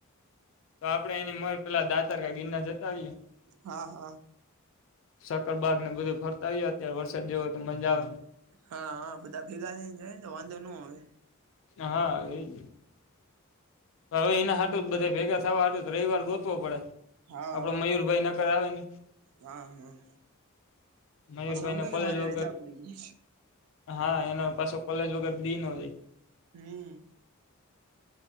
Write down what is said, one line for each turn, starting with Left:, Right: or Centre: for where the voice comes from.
Left: તો આપડે એની મ પેલા દા ચારકા ગીરના જતા આવીયએ
Right: હા હા
Left: સકરબાગ ને બધું ફરતા આવ અત્યારે વરસાદ જેવો તો મજા આવે
Right: હા હા બધા ભેગા થઈને જઈ ને તો વાંધો ન હોય
Left: હા એ જ તો હવે એનાટ બધે ભેગા થવા હતું રવિવાર ગોતવો પડે
Right: હા
Left: આપડો
Right: હા
Left: મયુરભાઈ ન કરાવવા નની
Right: હા હા
Left: મયુરભાઈ
Right: પછવકે
Left: ને કોલેજ
Right: કે મારી
Left: વગર
Right: ર છે આપડી
Left: હા એનો પાછો કોલેજ વગર બી ન જાય
Right: હમ